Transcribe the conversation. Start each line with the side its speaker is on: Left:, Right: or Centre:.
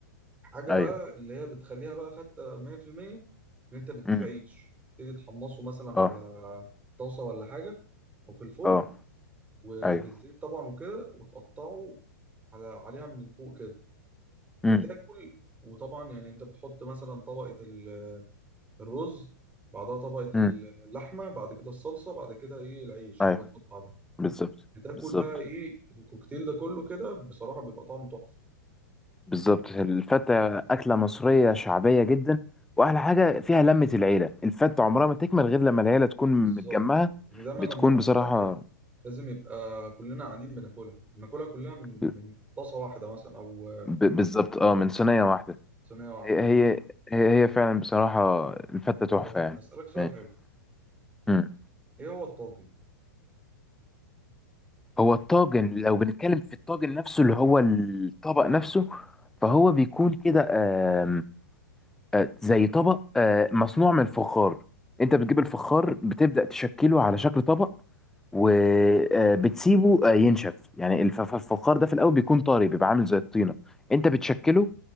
Right: حاجه
Centre: ايوه
Right: بقى اللي هي بتخليها بقى فته 100% ان انت بتجيب
Centre: امم
Right: عيش تبتدي تحمصه مثلا
Centre: اه
Right: على طاسه ولا حاجه او في الفرن
Centre: اه
Right: وبالزيت
Centre: ايوه
Right: طبعا وكده وتقطعه على عليها من فوق كده
Centre: امم
Right: بتاكل وطبعا يعني انت بتحط مثلا طبقة ال- الرز بعدها طبقة
Centre: امم
Right: اللحمة بعد كده الصلصة بعد كده ايه العيش
Centre: ايوه
Right: المتقطع ده
Centre: بالظبط
Right: بتاكل
Centre: بالظبط
Right: بقى ايه الكوكتيل ده كله كده بصراحة بيبقى طعمه تحفة
Centre: بالظبط الفته اكله مصريه شعبيه جدا واحلى حاجه فيها لمه العيله الفته عمرها ما تكمل غير لما العيله تكون
Right: بالظبط
Centre: متجمعه
Right: يعني دايما
Centre: بتكون
Right: لما بناكل
Centre: بصراحه
Right: فتة لازم يبقى كلنا قاعدين بناكلها بناكلها كلها من
Centre: ب...
Right: من طاسة واحدة مثلا أو
Centre: ب- بالظبط اه من صينيه واحده
Right: صينية واحدة
Centre: هي هي هي هي فعلا بصراحه الفته تحفه
Right: طب
Centre: يعني
Right: أسألك سؤال
Centre: ماشي
Right: حلو
Centre: امم
Right: إيه هو الطاجن؟
Centre: هو الطاجن لو بنتكلم في الطاجن نفسه اللي هو الطبق نفسه فهو بيكون كده آم، آه، زي طبق آه، مصنوع من فخار انت بتجيب الفخار بتبدأ تشكله على شكل طبق وبتسيبه ينشف يعني الف- الفخار ده في الاول بيكون طري بيبقى عامل زي الطينة انت بتشكله